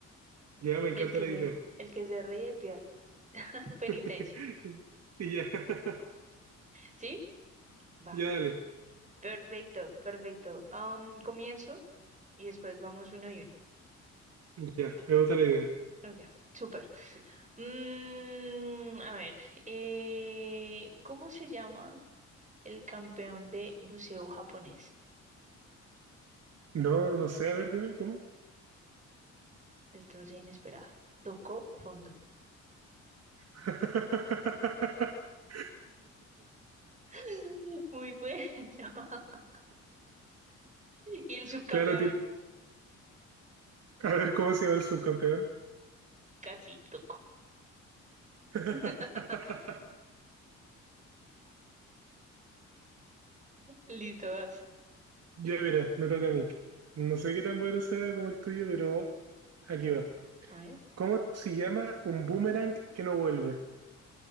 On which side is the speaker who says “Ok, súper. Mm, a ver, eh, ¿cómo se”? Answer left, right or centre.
Right